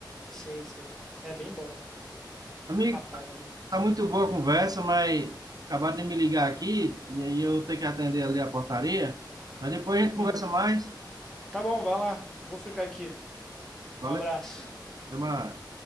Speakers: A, in the centre; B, on the right (about 55°).
A: sei, sei. É bem bom.
B: Amigo,
A: Apaga mesmo.
B: tá muito boa a conversa, mas acabaram de me ligar aqui, e aí eu tenho que atender ali a portaria. Mas depois a gente
A: Uhum.
B: conversa mais.
A: Tá bom, vai lá. Vou ficar aqui.
B: Valeu,
A: Um abraço.
B: até mais.